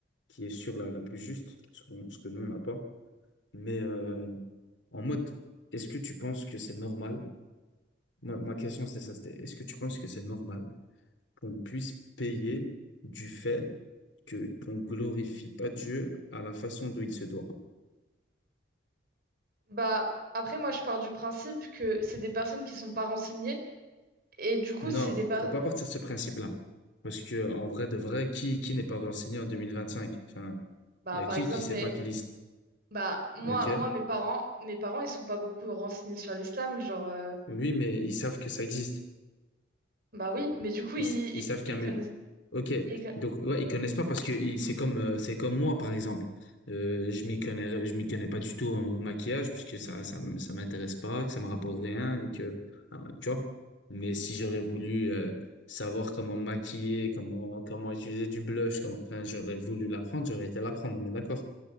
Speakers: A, on the left; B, on the right.
A: qui est sûre la, la plus juste, ce qu'on- ce que nous on n'a pas. Mais euh, en mode, est-ce que tu penses que c'est normal? Ma, ma question, c'était ça, c'était, est-ce que tu penses que c'est normal qu'on puisse payer du fait que qu'on glorifie pas Dieu à la façon dont il se doit?
B: Bah, après, moi, je pars du principe que c'est des personnes qui sont pas renseignées. Et du coup,
A: Non,
B: c'est des per-
A: faut pas partir de ce principe-là. Parce que, en vrai de vrai, qui, qui n'est pas renseigné en deux mille vingt cinq Enfin,
B: bah,
A: il y a
B: par
A: qui
B: exemple,
A: qui sait
B: mais.
A: pas qu'il existe
B: Bah, moi,
A: Ok?
B: moi, mes parents, mes parents, ils sont pas beaucoup renseignés sur l'islam. Genre, euh,
A: Oui, mais ils savent que ça existe.
B: Bah oui, mais du coup, ils,
A: Ils, ils
B: ils-
A: savent qu'un...
B: ils connaissent.
A: mu- Ok,
B: ils con-
A: donc ouais, ils connaissent pas parce que ils- c'est comme euh, c'est comme moi par exemple. Euh, je m'y connais je m'y connais pas du tout en- au maquillage puisque ça ça m- ça m'intéresse pas, que ça me rapporte rien et que ah, tu vois. Mais si j'aurais voulu euh, savoir comment me maquiller, comment comment utiliser du blush, comment- enfin j'aurais voulu l'apprendre, j'aurais été l'apprendre, on est d'accord.